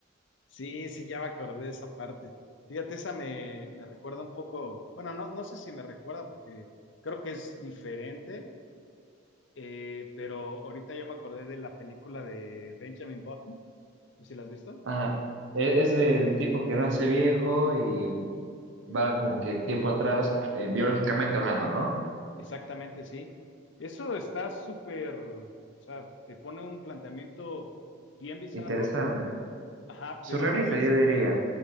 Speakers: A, on the left (about 70°); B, on the right (about 75°).
A: Sí, sí, ya me acordé de esa parte. Fíjate, esa me, me recuerda un poco. Bueno, no, no sé si me recuerda porque creo que es diferente, eh, pero ahorita ya me acordé de la película de Benjamin Button. No sé si la has visto.
B: <laughs> Ajá. E- Es el tipo que nace viejo y va como que tiempo atrás, eh, biológicamente hablando, ¿no?
A: Exactamente, sí. Eso está súper. O sea, te pone un planteamiento bien bizarro.
B: Interesante.
A: Ajá,
B: Surrealista,
A: pero a la vez
B: yo diría.